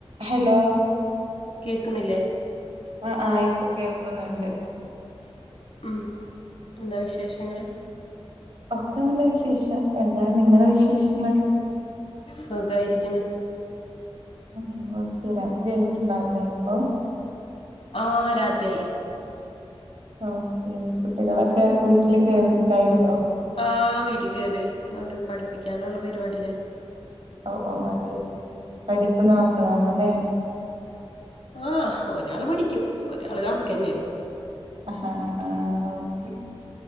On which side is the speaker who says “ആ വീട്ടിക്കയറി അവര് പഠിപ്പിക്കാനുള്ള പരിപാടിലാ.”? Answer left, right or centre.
Left